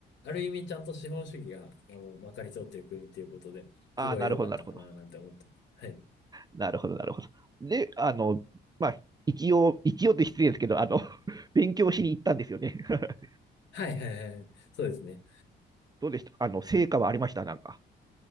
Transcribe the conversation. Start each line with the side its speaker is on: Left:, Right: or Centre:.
Left: ある意味ちゃんと資本主義が、あの、まかり通っている国っていうことで、
Right: あなるほど、
Left: すごい良かったかななんて思ってます。
Right: なるほど。
Left: はい。
Right: なるほど、なるほど。で、あの、まあ、一応、一応って失礼ですけど、あの、<laughs> 勉強しに行ったんですよね。<laughs>
Left: はいはいはい。そうですね。
Right: どうでしたあの、成果はありましたなんか。